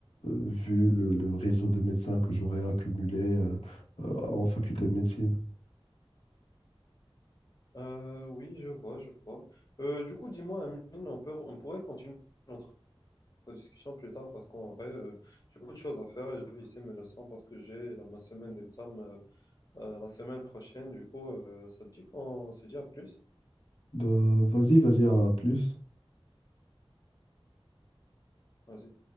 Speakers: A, on the left; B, on the left.
A: vu le, le réseau de médecins que j'aurais accumulé euh, euh, en faculté de médecine.
B: Euh, oui, je vois, je vois. Euh, du coup, dis-moi, Amine, on peut, on pourrait continuer notre discussion plus tard parce qu'en vrai, euh, j'ai beaucoup de choses à faire. Et puis, c'est menaçant parce que j'ai la- ma semaine d'examen euh, euh, la semaine prochaine. Du coup, euh, ça te dit qu'on se dit à plus.
A: Bah, vas-y, vas-y, à plus.
B: Vas-y.